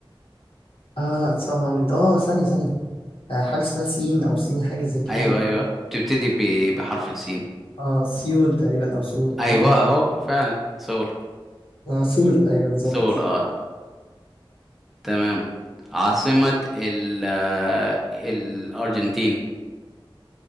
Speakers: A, on the left (about 80°); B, in the centre.
A: اه لا دي صعبة أوي اه ثانية ثانية آه حاجة اسمها سين أو سيني حاجة زي كده
B: ايوه ايوه بتبتدي ب- بحرف السين
A: اه سيول تقريبا أو سول
B: ايوه
A: اه,
B: اهو فعلا سول
A: آه سول أيوه بالظبط
B: سول اه تمام عاصمة ال آه، الارجنتين